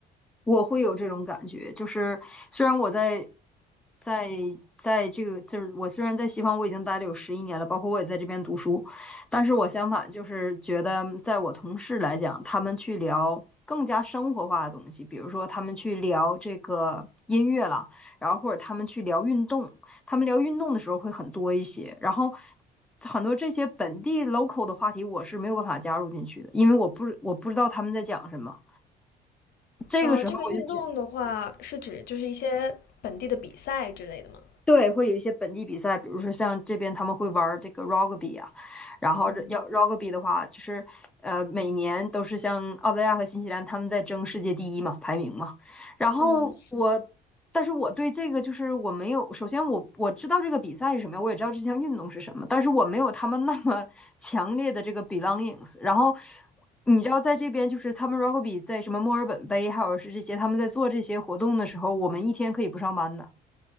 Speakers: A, in the centre; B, on the left.
A: 我会有这种感觉，就是虽然我在在在这个，就是我虽然在西方我已经待了有十一年了，包括我也在这边读书，但是我相反就是觉得，在我同事来讲，他们去聊更加生活化的东西，比如说他们去聊这个音乐啦，然后或者他们去聊运动，他们聊运动的时候会很多一些，然后。很多这些本地 local 的话题，我是没有办法加入进去的，因为我不我不知道他们在讲什么。这个时候我就觉，
B: 啊、这个运动的话是指就是一些本地的比赛之类的吗？
A: 对，会有一些本地比赛，比如说像这边他们会玩儿这个 rugby 啊，然后这要
B: 嗯，
A: rugby 的话，就是呃每年都是像澳大利亚和新西兰他们在争世界第一嘛，排名嘛。然后我，
B: 嗯，
A: 但是我对这个就是我没有，首先我我知道这个比赛是什么样，我也知道这项运动是什么，但是我没有他们那么 <laughs> 强烈的这个 belongings。然后你知道，在这边就是他们 rugby 在什么墨尔本杯，还有是这些他们在做这些活动的时候，我们一天可以不上班的。